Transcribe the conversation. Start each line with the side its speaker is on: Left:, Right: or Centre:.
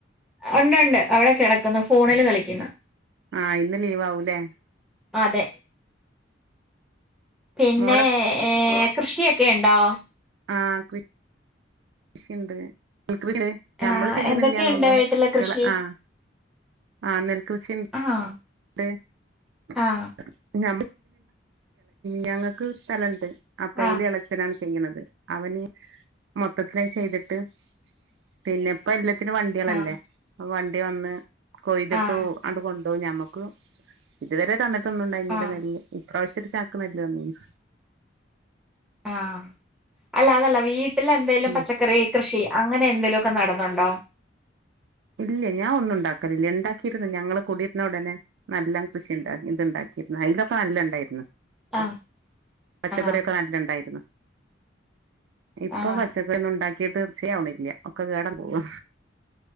Centre: ഒണ്ടൊണ്ട് അവടെ കെടക്കുന്നു ഫോണില് കളിക്കുന്നു
Right: ആഹ് ഇന്ന് ലീവാവും ഇല്ലേ
Centre: അതെ പിന്നെ
Right: മോളെ
Centre: ഏഹ് കൃഷിയൊക്കെയൊണ്ടോ
Right: ആഹ് കൃ ഷിയുണ്ട് <unintelligible> ഞമ്മള്
Centre: ആഹ്
Right: ചെയ്യുന്നില്ല്യാന്നെയൊള്ളു
Centre: എന്തൊക്കെയുണ്ട് വീട്ടിലെ കൃഷി
Right: ആഹ് ആഹ് നെൽകൃഷി
Centre: ആഹ്
Right: <unintelligible>
Centre: ആഹ്
Right: ഞങ്ങക്ക് സ്ഥലൊണ്ട് അപ്പയില്
Centre: ആഹ്
Right: എളേച്ചനാണ് ചെയ്യണത് അവന് മൊത്തത്തിലായി ചെയ്തിട്ട് പിന്നെ ഇപ്പോ എല്ലാത്തിനും വണ്ടികളല്ലേ
Centre: ആഹ്
Right: അപ്പൊ വണ്ടി വന്ന് കൊയ്തിട്ടു
Centre: ആഹ്
Right: പോവും അത് കൊണ്ടോവും ഞമ്മക്ക് ഇതുവരെ തന്നിട്ടൊന്നുണ്ടായിരുന്നില്ല
Centre: ആഹ്
Right: നെല്ല് ഇപ്രാവശ്യം ഒരു ചാക്കു നെല്ല് തന്നിരുന്നു
Centre: ആഹ് അല്ല അതല്ല വീട്ടില് എന്തേലും
Right: ഉം
Centre: പച്ചക്കറി കൃഷി അങ്ങനെ എന്തേലുവൊക്കെ നടുന്നൊണ്ടോ
Right: ഇല്ല്യ ഞാൻ ഒന്നും ഒണ്ടാക്കണില്ല ഇണ്ടാക്കിരുന്നു ഞങ്ങള് കുടിയിരുന്ന ഒടനെ നെല്ലാം കൃഷിണ്ട് ഇത്ണ്ടാക്കിരുന്നു അതിലൊക്കെ നല്ല ഇണ്ടായിരുന്നു
Centre: ആഹ്
Right: പച്ചക്കറിയൊക്കെ
Centre: ആഹ്
Right: നല്ല ഇണ്ടായിരുന്നു ഇപ്പൊ
Centre: ആഹ്
Right: പച്ചക്കറി ഒന്നും ഉണ്ടാ ക്കിയ തൃപ്തിയേ ആവണില്ല ഒക്കെ കേടായി പോവ്വാ